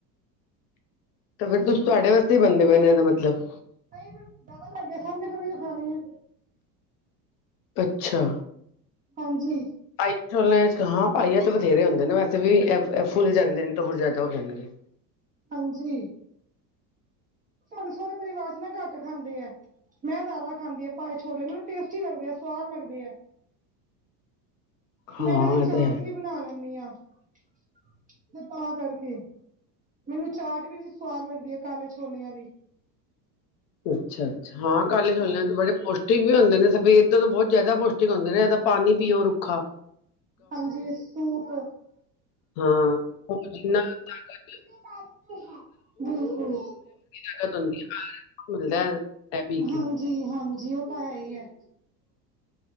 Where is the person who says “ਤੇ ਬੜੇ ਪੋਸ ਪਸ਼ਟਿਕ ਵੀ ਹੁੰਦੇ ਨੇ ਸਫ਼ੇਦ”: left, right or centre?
Left